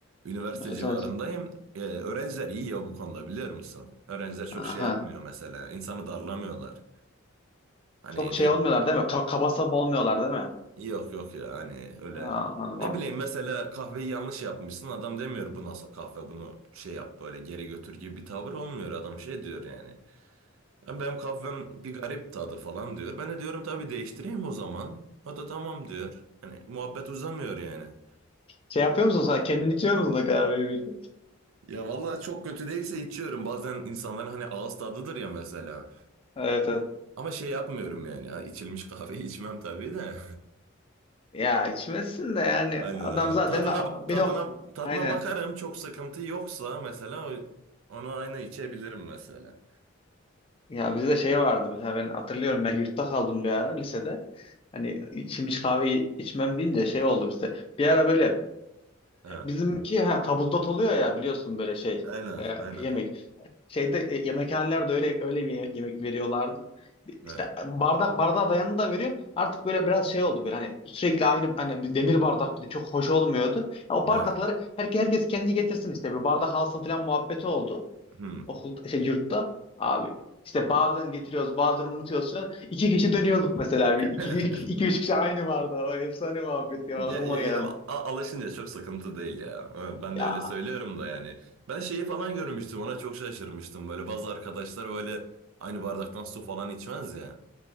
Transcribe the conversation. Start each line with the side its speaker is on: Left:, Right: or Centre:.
Right: Üniversite
Left: Evet
Right: civarındayım.
Left: evet.
Right: Ee, öğrenciler iyi ya bu konuda biliyor musun? Öğrenciler çok
Left: Aha.
Right: şey yapmıyor mesela. İnsanı darlamıyorlar. Hani
Left: Çok şey
Right: de
Left: olmuyorlar değil mi? Ka kaba saba olmuyorlar değil mi?
Right: yok yok ya hani öyle.
Left: Aa, anladım
Right: Ne
Left: anladım.
Right: bileyim mesela kahveyi yanlış yapmışsın. Adam demiyor bu nasıl kahve bunu şey yap böyle geri götür gibi bir tavır olmuyor. Adam şey diyor yani. "Ya Benim kahvem bir garip tadı falan diyor. Ben de diyorum tabii değiştireyim o zaman. O da tamam diyor. Hani muhabbet uzamıyor yani.
Left: Şey yapıyor musun sen? Kendin içiyor musun da kahveyi peki?
Right: Ya vallahi çok kötü değilse içiyorum. Bazen insanların hani ağız tadıdır ya mesela.
Left: Evet evet.
Right: Ama şey yapmıyorum yani. Ha, içilmiş kahveyi içmem tabii de.
Left: Ya içmezsin de
Right: <laughs>
Left: yani
Right: Aynen
Left: adam
Right: aynen.
Left: zaten
Right: Tadına
Left: beni
Right: tadına
Left: ok-
Right: tadına
Left: aynen.
Right: bakarım. Çok sıkıntı yoksa mesela o- onu aynı içebilirim mesela.
Left: Ya bizde şey vardı mesela ben hatırlıyorum ben yurtta kaldım bir ara lisede. Hani şimdi hiç kahve içmem deyince şey oldu bizde. Bir ara böyle
Right: Ha,
Left: bizimki ha, tabuldot oluyor ya biliyorsun böyle şey
Right: aynen
Left: e,
Right: aynen.
Left: yemek. Şeyde e, yemekhanelerde öyle öyle bir ye- yemek veriyorlardı.
Right: Ha,
Left: İşte bardak bardağa dayanını da veriyor. Artık böyle biraz şey oldu böyle hani sürekli aynı hani bir demir bardak bir de çok hoş olmuyordu. Ya o
Right: ha.
Left: bardakları herkes herkes kendi getirsin işte bir bardak alsın falan muhabbeti oldu
Right: Hmm.
Left: okulda şey yurtta abi işte bazen getiriyoruz bazen unutuyoruz falan. İki kişi dönüyorduk mesela bir iki,
Right: <laughs>
Left: iki, iki üç kişi aynı vardı o efsane muhabbet ya
Right: Ya,
Left: aklıma
Right: ya,
Left: geldi.
Right: ya a- alışınca çok sıkıntı değil ya. Ha, Ben
Left: Ya
Right: de öyle söylüyorum da yani. Ben şeyi falan görmüştüm. Ona çok şaşırmıştım. Böyle bazı arkadaşlar böyle aynı bardaktan su falan içmez ya.